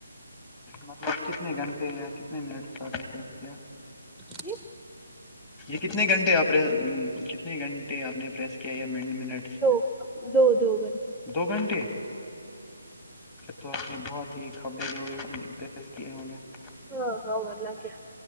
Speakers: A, on the left (about 25°); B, in the centre.
A: مطلب کتنے گھنٹے یا کتنے منٹ <unintelligible> کیا
B: جی
A: یہ کتنے گھنٹے آپ کتنے گھنٹے آپ نے پریس کیا یا منٹ منٹ
B: دو دو دو گھنٹے
A: دو گھنٹے تو آپ نے بہت ہیبرے دو رس کیی عوں گے <unintelligible>
B: ہاں ہاں ورنہ کیا